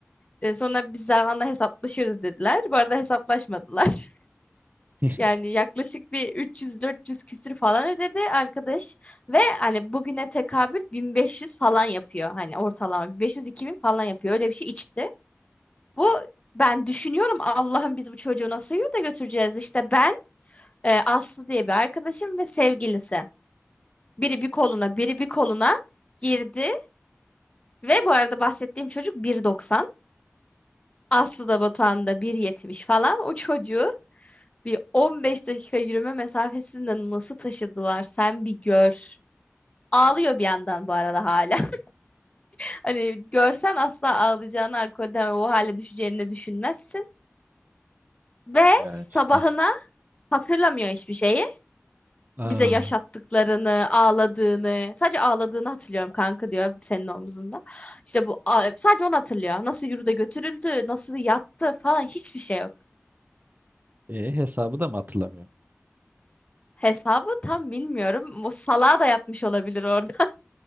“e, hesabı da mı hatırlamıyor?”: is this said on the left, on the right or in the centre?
Right